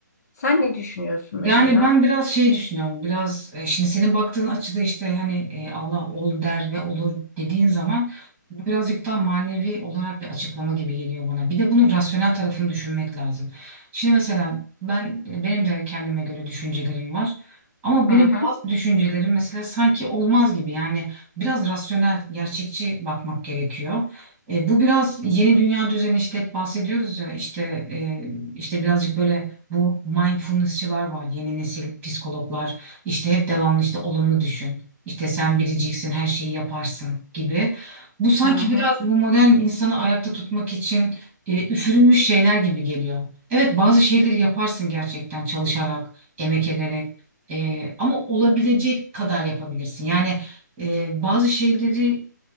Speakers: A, on the left (about 55°); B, on the right (about 15°).
A: Sen ne düşünüyorsun
B: Yani
A: mesela?
B: ben biraz şey düşünüyorum. Biraz e, şimdi senin baktığın açıda işte hani e, Allah ol der ve olur dediğin zaman bu birazcık daha manevi olarak bir açıklama gibi geliyor bana. Bir de bunun rasyonel tarafını düşünmek lazım. Şimdi mesela ben e, benim de kendime göre düşüncelerim var. Ama
A: Hı
B: benim
A: hı,
B: bazı düşüncelerim mesela sanki olmaz gibi. Yani biraz rasyonel, gerçekçi bakmak gerekiyor. E, bu biraz yeni dünya düzeni işte hep bahsediyoruz ya işte e, işte birazcık böyle bu mindfulnessçılar var. Yeni nesil psikologlar işte hep devamlı işte olumlu düşün. işte sen biriciksin, her şeyi yaparsın gibi. Bu sanki
A: hı hı,
B: biraz bu modern insanı ayakta tutmak için e, üfürülmüş şeyler gibi geliyor. Evet bazı şeyleri yaparsın gerçekten çalışarak, emek ederek. E, ama olabilecek kadar yapabilirsin. Yani e, bazı şeyleri